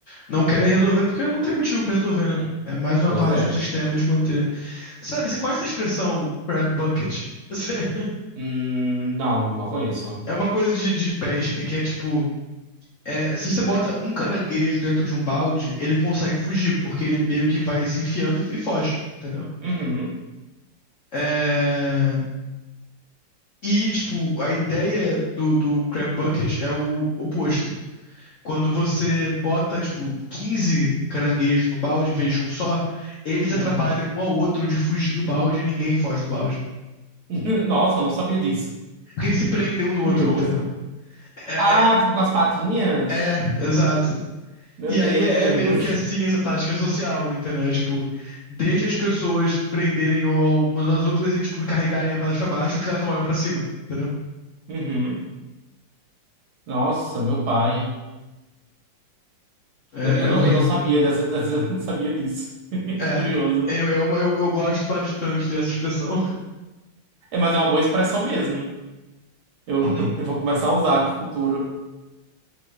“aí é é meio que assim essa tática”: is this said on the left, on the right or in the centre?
Left